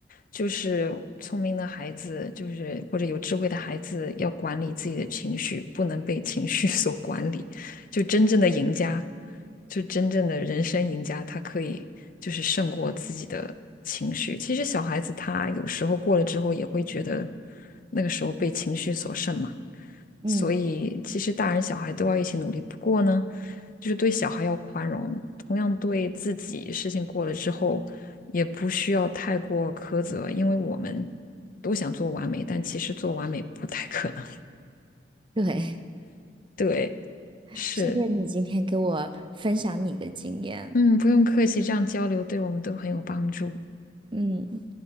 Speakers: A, on the left; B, on the right.
A: 就是聪明的孩子，就是或者有智慧的孩子，要管理自己的情绪，不能被情绪 <laughs> 所管理。就真正的赢家，就真正的人生赢家，他可以就是胜过自己的情绪。其实小孩子他有时候过了之后，也会觉得那个时候被情绪所胜嘛。
B: 嗯，
A: 所以其实大人小孩都要一起努力。不过呢，就是对小孩要宽容，同样对自己事情过了之后，也不需要太过苛责，因为我们都想做完美，但其实做完美不太可能。
B: 对，
A: <laughs> 对，
B: <laughs>
A: 是，
B: 谢谢你今天给我分享你的经验。
A: 嗯，不用客气，这样交流对我们都很有帮助。
B: 嗯，